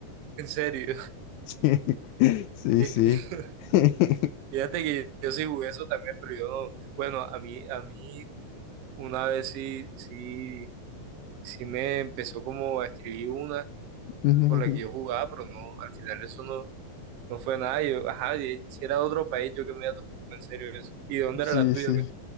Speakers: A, on the right; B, on the left.
A: en serio. <laughs>
B: Sí, <laughs> sí,
A: Eh,
B: sí.
A: <laughs>
B: <laughs>
A: Fíjate que yo sí jugué eso también, pero yo no. Bueno, a mí, a mí una vez sí, sí, sí me empezó como a escribir una.
B: <laughs>
A: con la que yo jugaba, pero no, al final eso no, no fue nada. Yo, ajá, y si era de otro país, yo que me iba a tomar en serio eso. ¿Y de dónde
B: Sí,
A: era la tuya?
B: sí.
A: ¿Qué?